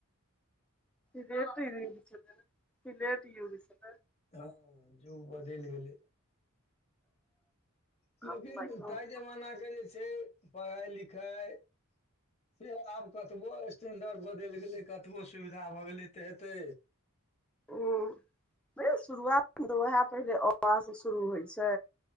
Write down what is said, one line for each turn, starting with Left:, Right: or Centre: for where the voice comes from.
Centre: <unintelligible> युग छलै
Left: ह हँ जूग बदलि गेलै लेकिन
Centre: आब माइक्रो
Left: तइ
Centre: हूँ,
Left: जमाना के जे छै पढ़ाइ लिखाइ से आब कतबो टेंडर बदलि गेलै कतबो सुविधा भऽ गेलै तऽ एतै
Centre: उँ नइ शुरुआतमे तऽ वैह पहिले अ आ सअ शुरू होइ छै